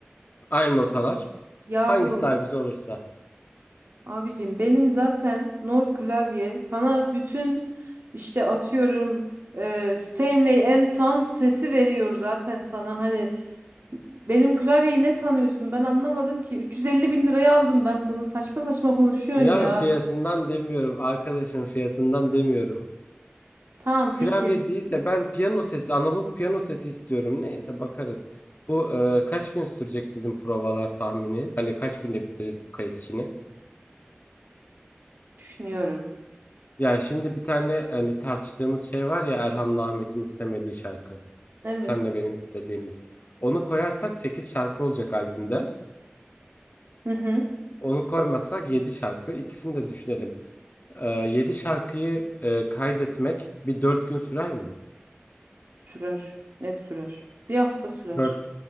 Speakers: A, on the left; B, on the right.
A: Aynı notalar.
B: Yahu
A: Hangisi daha güzel olursa.
B: Abicim benim zaten Nord klavye sana bütün işte atıyorum e, Steinway Sons sesi veriyor zaten sana hani benim klavyeyi ne sanıyorsun ben anlamadım ki 350 bin liraya aldım ben bunu saçma saçma konuşuyorsun
A: Ya
B: ya.
A: fiyatından demiyorum. Arkadaşın fiyatından demiyorum.
B: Tamam
A: Klavye
B: peki
A: değil de ben piyano sesi, analog piyano sesi istiyorum. Neyse bakarız. Bu e, kaç gün sürecek bizim provalar tahmini? Hani kaç günde bitiririz bu kayıt işini?
B: düşünüyorum.
A: Ya şimdi bir tane hani tartıştığımız şey var ya Erhan'la Ahmet'in istemediği şarkı.
B: Evet.
A: Senle
B: o-
A: benim istediğimiz. Onu koyarsak 8 şarkı olacak albümde.
B: Hı hı.
A: Onu koymazsak 7 şarkı. İkisini de düşünelim. Ee, 7 şarkıyı e, kaydetmek bir 4 gün sürer mi?
B: Sürer net sürer bir hafta sürer.
A: Dört,